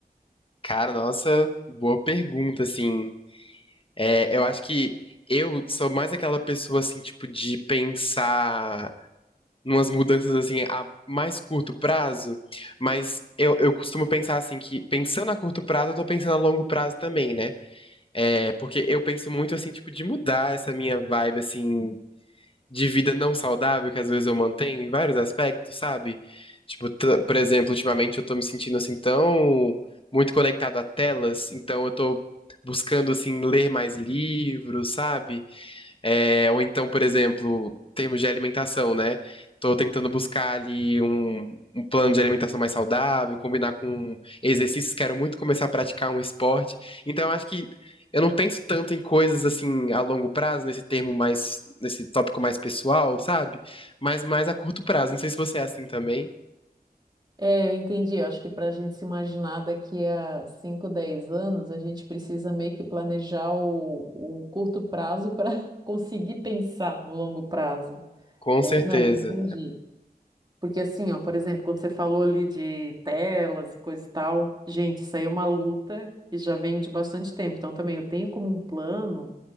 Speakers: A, on the left; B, on the right.
A: cara, nossa, boa pergunta, assim, é, eu acho que eu sou mais aquela pessoa, assim, tipo, de pensar numas mudanças, assim, a mais curto prazo, mas eu, eu costumo pensar, assim, que pensando a curto prazo, eu tô pensando a longo prazo também, né? É, porque eu penso muito, assim, tipo, de mudar essa minha vibe, assim, de vida não saudável que às vezes eu mantenho em vários aspectos, sabe? Tipo, t- por exemplo, ultimamente eu tô me sentindo assim tão muito conectado a telas, então eu tô buscando assim ler mais livros, sabe? É, ou então, por exemplo, termos de alimentação, né? Tô tentando buscar ali um, um plano de alimentação mais saudável, combinar com exercícios, quero muito começar a praticar um esporte. Então, eu acho que eu não penso tanto em coisas assim a longo prazo, nesse termo mais, nesse tópico mais pessoal, sabe? Mas mais a curto prazo. Não sei se você é assim também.
B: É, eu entendi. eu Acho que para a gente se imaginar daqui a 5, 10 anos, a gente precisa meio que planejar o, o curto prazo para <laughs> conseguir pensar no longo prazo.
A: Com
B: É,
A: certeza.
B: não, eu entendi. Porque assim, ó, por exemplo, quando você falou ali de telas e coisa e tal, gente, isso aí é uma luta que já vem de bastante tempo. Então também eu tenho como um plano